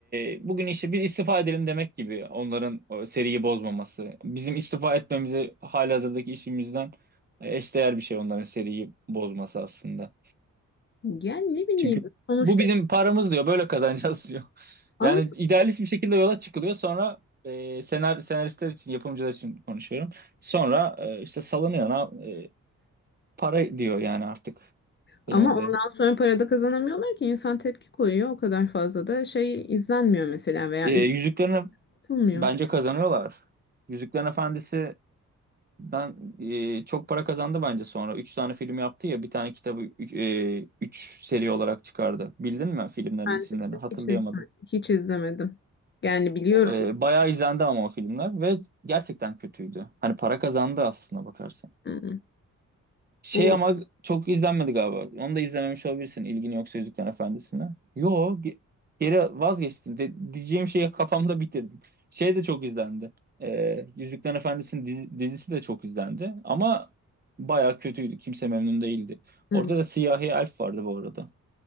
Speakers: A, on the right; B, on the left.
A: e, bugün işte bir istifa edelim demek gibi onların o seriyi bozmaması. Bizim istifa etmemizi halihazırdaki işimizden e, eşdeğer bir şey onların seriyi bozması aslında.
B: Yani ne bileyim
A: Çünkü
B: sonuçta
A: bu bizim paramız diyor böyle kazanacağız diyor. <laughs>
B: ama,
A: Yani idealist bir şekilde yola çıkılıyor sonra e, senar, senaristler için yapımcılar için konuşuyorum. Sonra e, işte salınıyor na- e, para diyor yani artık benim
B: ama
A: olayım.
B: ondan sonra para da kazanamıyorlar ki insan tepki koyuyor o kadar fazla da şey izlenmiyor mesela veya
A: E, yüzüklerini
B: üretilmiyor.
A: bence kazanıyorlar. Yüzüklerin Efendisi Ben e, çok para kazandı bence sonra. Üç tane film yaptı ya bir tane kitabı üç, e, üç seri olarak çıkardı. Bildin mi filmlerin
B: Ben
A: isimlerini?
B: de
A: Hatırlayamadım.
B: hiç izlemedim. Hiç izlemedim. Yani biliyorum.
A: O, E, bayağı izlendi ama o filmler ve gerçekten kötüydü. Hani para kazandı aslında bakarsan.
B: Hı,
A: Şey
B: Bu
A: ama çok izlenmedi galiba. Onu da izlememiş olabilirsin ilgin yoksa Yüzüklerin Efendisi'ne. Yo ge- geri vazgeçtim. De- diyeceğim şeyi kafamda bitirdim. Şey de çok izlendi. Ee, Yüzüklerin Efendisi'nin di- dizisi de çok izlendi. Ama baya kötüydü. Kimse memnun değildi. Orada
B: hı.
A: da siyahi elf vardı bu arada.